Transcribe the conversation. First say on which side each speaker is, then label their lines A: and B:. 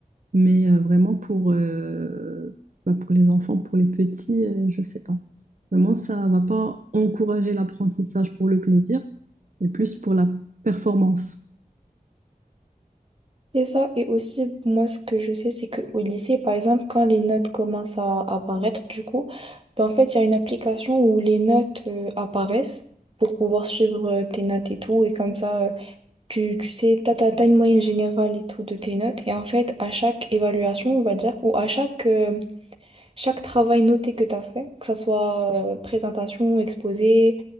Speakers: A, on the right; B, on the right.
A: Mais euh, vraiment pour, euh, bah, pour les enfants, pour les petits, euh, je sais pas. Vraiment, ça va pas encourager l'apprentissage pour le plaisir, mais plus pour la performance.
B: C'est ça, et aussi, moi, ce que je sais, c'est qu'au lycée, par exemple, quand les notes commencent à apparaître, du coup, ben, en fait, il y a une application où les notes euh, apparaissent pour pouvoir suivre euh, tes notes et tout, et comme ça, euh, tu, tu sais, t'as, t'as, t'as une moyenne générale et tout de tes notes, et en fait, à chaque évaluation, on va dire, ou à chaque, euh, chaque travail noté que t'as fait, que ça soit euh, présentation, exposé,